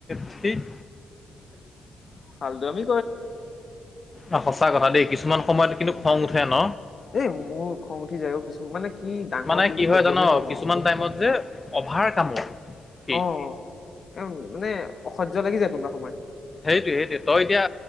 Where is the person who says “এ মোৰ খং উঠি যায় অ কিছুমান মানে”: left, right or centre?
Left